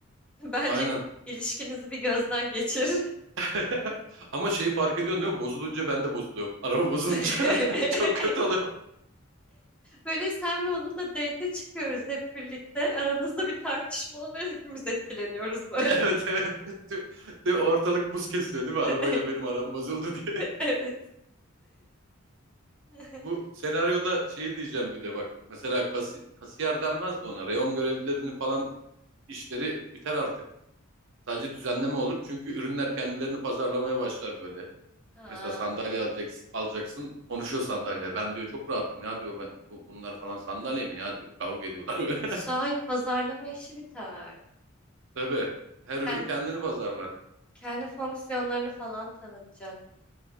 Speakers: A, in the centre; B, on the right.
A: Bence
B: Aynen.
A: il- ilişkinizi bir gözden geçir.
B: <laughs> Ama şeyi fark ediyorsun değil mi? Bozulunca ben de bozuluyorum. Araba bozulunca
A: <laughs>
B: <laughs> çok kötü oluyor.
A: Böyle sen ve onunla date'e çıkıyoruz hep birlikte. Aranızda bir tartışma oluyor. Hepimiz etkileniyoruz
B: <laughs>
A: böyle.
B: Evet evet. Tü- tü- Ortalık buz kesiyor değil mi? Arabayla
A: <laughs>
B: benim aram bozuldu diye. <laughs>
A: Evet. <laughs>
B: Bu senaryoda şey diyeceğim bir de bak. Mesela kasi- kasiyer denmez de ona. Reyon görevlilerinin falan işleri biter artık. Sadece düzenleme olur çünkü ürünler kendilerini pazarlamaya başlar böyle.
A: Ha.
B: Mesela sandalye alacaksın, alacaksın konuşuyor sandalye. Ben diyor çok rahatım ya diyor ben, bu- bunlar falan sandalye mi ya diyor. Kavga ediyorlar böyle. <laughs>
A: Sahi pazarlama işi biter.
B: Tabii her
A: Kendi,
B: ürün kendini pazarlar.
A: kendi fonksiyonlarını falan tanıtacak.